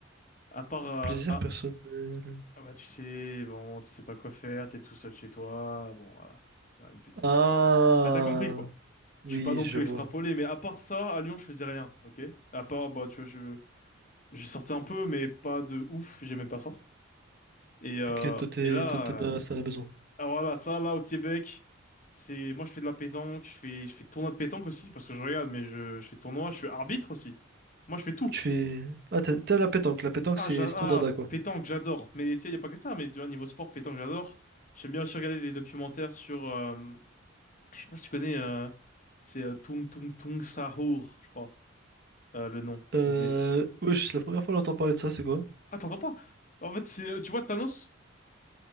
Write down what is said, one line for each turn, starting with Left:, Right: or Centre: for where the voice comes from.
Left: À part, euh,
Right: Plaisir
Left: ah,
Right: personnel.
Left: ah, bah, tu sais, bon, tu sais pas quoi faire, t'es tout seul chez toi, bon, voilà. Faire Une petite.
Right: Ah,
Left: Là, t'as compris, quoi.
Right: oui,
Left: Je suis pas non
Right: je
Left: plus
Right: vois.
Left: extrapolé, mais à part ça, à Lyon, je faisais rien, ok? À part, bah, tu vois, je, je sortais un peu, mais pas de ouf, j'aimais pas ça. Et, euh,
Right: Ok, toi, t'es,
Left: et là,
Right: toi, t'aimes la-
Left: euh,
Right: t'en as besoin.
Left: alors voilà, ça, là, au Québec, c'est, moi, je fais de la pétanque, je fais, je fais tournoi de pétanque aussi, parce que je regarde, mais je, je fais tournoi, je suis arbitre aussi. Moi, je fais tout.
Right: Tu fais... Ah, t'aimes t'aimes la pétanque. La pétanque,
Left: Ah,
Right: c'est
Left: j'a-
Right: c'est
Left: ah,
Right: ton dada, quoi.
Left: pétanque, j'adore. Mais, tu sais, y a pas que ça, mais, tu vois, niveau sport, pétanque, j'adore. J'aime bien aussi regarder des documentaires sur, euh, je sais pas si tu connais, euh, c'est euh, Tung Tung Tung Sahur, je crois. euh, le nom
Right: Euh...
Left: complet.
Right: Wesh, c'est la première fois que j'entends parler de ça, c'est quoi?
Left: Ah, t'entends pas? En fait, c'est, euh, tu vois, Thanos,